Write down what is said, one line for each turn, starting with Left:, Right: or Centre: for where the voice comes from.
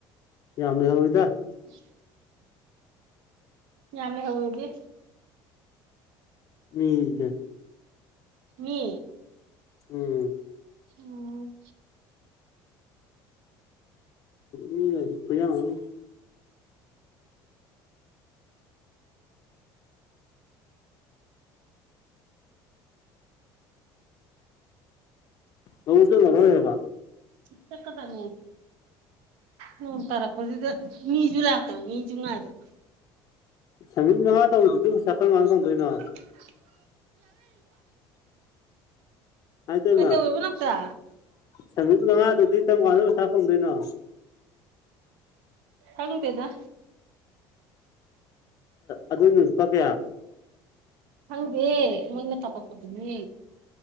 Left: ꯌꯥꯝ ꯂꯩꯍꯧꯋꯤꯗꯥ
Right: <inaudible> ꯌꯥꯝ ꯂꯩꯍꯧꯑꯦꯗꯤ
Left: ꯃꯤꯁꯦ
Right: ꯃꯤ
Left: ꯎꯝ
Right: ꯑꯣ
Left: ꯃꯤꯒꯗꯤ ꯈꯨꯌꯥꯝ ꯑꯃ ꯂꯧꯕꯨꯛ ꯆꯠꯂꯔꯣꯢꯕ
Right: ꯆꯠꯀꯗꯕꯅꯤ ꯅꯣꯡ ꯇꯥꯔꯛ ꯄꯗꯨꯗ ꯃꯤꯁꯨ ꯂꯥꯛꯇꯕ ꯃꯤꯁꯨ ꯉꯥꯏꯕ
Left: ꯁꯃꯤꯠ ꯃꯉꯥ ꯇꯧꯕꯗꯨꯗꯤ ꯄꯩꯁꯥ ꯀꯔꯝꯒꯥꯟꯗ ꯊꯣꯡꯗꯣꯏꯅꯣ
Right: <unintelligible>
Left: ꯍꯥꯏꯇꯩꯃ
Right: ꯀꯩꯗꯧꯔꯤꯕ ꯅꯥꯎꯆꯥ
Left: ꯁꯃꯤꯠ ꯃꯉꯥꯗꯨꯗꯤ ꯀꯔꯝ ꯀꯥꯟꯗ ꯄꯩꯁꯥ ꯐꯪꯗꯣꯏꯅꯣ
Right: ꯈꯪꯗꯦꯗꯥ
Left: ꯑꯗꯨꯅ ꯂꯨꯄꯥ ꯀꯌꯥ
Right: ꯈꯪꯗꯦ ꯃꯣꯢꯅꯦ ꯀꯥꯞꯄꯥꯛꯄꯗꯨꯅꯦ